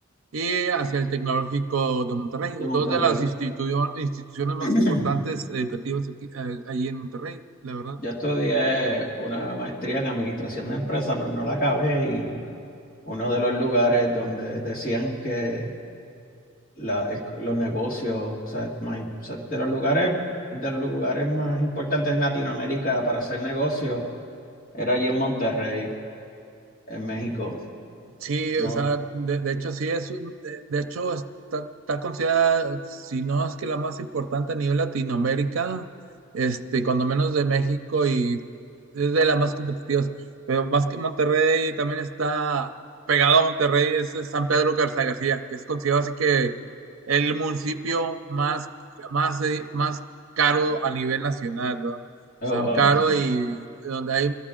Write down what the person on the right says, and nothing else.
y hacia el Tecnológico de Monterrey,
dos de las institu- instituciones más
importantes educativas aquí- a- allí en Monterrey, la verdad.
Sí,
o sea, de, de hecho sí es un- de, de hecho está, está considerada, si no es que la más importante a nivel Latinoamérica, este, cuando menos de México y es de las más competitivas, pero más que Monterrey también está pegado a Monterrey, es, es San Pedro Garza García, que es considerado así que el municipio más, más, eh, más caro a nivel nacional, ¿verdad? O
sea,
caro y donde hay,